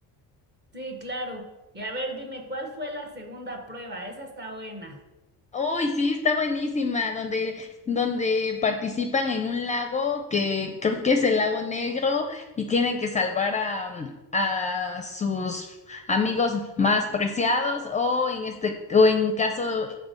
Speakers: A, on the right; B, on the left.
A: Sí, claro. Y a ver, dime, ¿cuál fue la segunda prueba? Esa está buena.
B: Uy, sí, está buenísima, donde, donde participan en un lago que creo que es el lago Negro y tienen que salvar a, a sus amigos más preciados o en este, o en caso